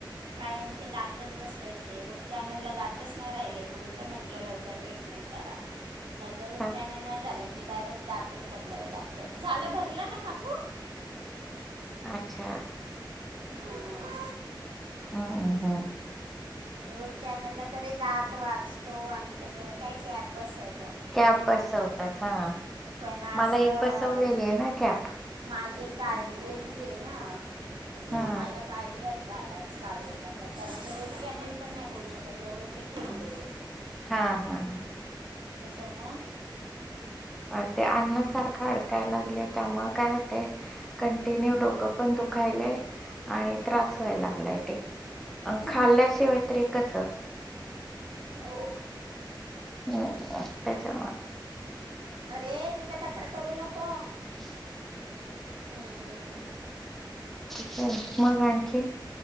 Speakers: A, on the right; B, in the centre.
A: काय आमचे दातच बसवायचे रुट कॅनल ला दातच नाही राहिले म्हणून त म्हटलं लवकर ट्री <unintelligible> करा नाही तर रूट
B: हा
A: कॅनल नाही झाल. की डायरेक्ट दातच बदलावे लागतात झालं भरलं ना काकू.
B: अच्छा.
A: हां.
B: हं हां.
A: रूट कॅनल ला तरी दात वाचतो आणि त्याच्यावर काय कॅप बसव
B: कॅप बसवतात हां
A: पण असं
B: मला एक बसवलेली आहे ना कॅप.
A: माझी काढलेली ये ना त्याच्या
B: हा
A: म माझ्या काढल्यात दाडाचं काढून टाकल्यात. कारण ते रूट कॅनल पण नाही होऊ शकत एवढे ते किडलेले.
B: हां हा हा.
A: त्याच्यामुळं.
B: अ ते अन्न सारखं अडकायला लागले त्यामुळे काय होते कंटिन्यू डोकं पण दु खायले. आणि त्रास व्हायला लागलाय ते अ
A: हम्म,
B: खाल्ल्याशिवाय तरी कस...
A: हो.
B: हो त्याच्या...
A: अरे तिथं कचरा करू नको
B: <unintelligible>
A: हम्म.
B: काय मग आणखी